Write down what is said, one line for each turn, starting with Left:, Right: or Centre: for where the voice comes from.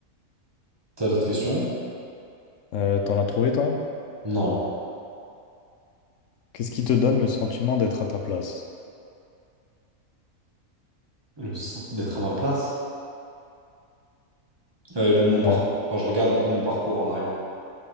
Right: T'as d'autres questions?
Left: Euh, t'en as trouvé, toi?
Right: Non.
Left: Qu'est-ce qui te donne le sentiment d'être à ta place?
Right: Le sens d'être à ma place. Euh, le, mon parcours,
Left: Ouais,
Right: quand je regarde un peu mon parcours en arrière,